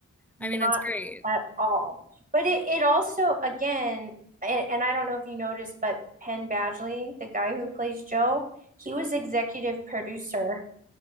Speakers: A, on the right; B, in the centre.
A: Not
B: I mean, it's great.
A: at all. But it it also again, and, and I don't know if you noticed, but Penn Badgley, the guy who plays Joe, he was executive producer